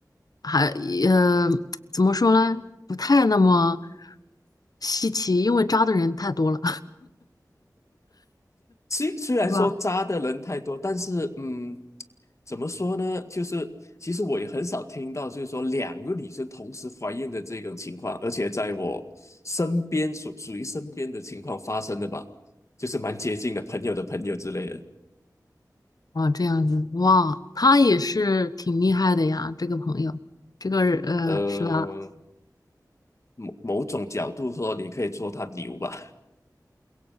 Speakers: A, on the left; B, on the left.
A: 还呃怎么说呢，不太那么稀奇，因为渣的人太多了，
B: 虽虽然说渣的人太多，
A: <laughs> 是吧？
B: 但是嗯，怎么说呢？就是其实我也很少听到，就是说两个女生同时怀孕的这种情况，而且在我身边属属于身边的情况发生的吧，就是蛮接近的朋友的朋友之类的。
A: 啊，这样子，哇，他也是挺厉害的呀，这个朋友，这个呃，
B: 呃，
A: 是吧？
B: 某某种角度说，你可以说他牛吧。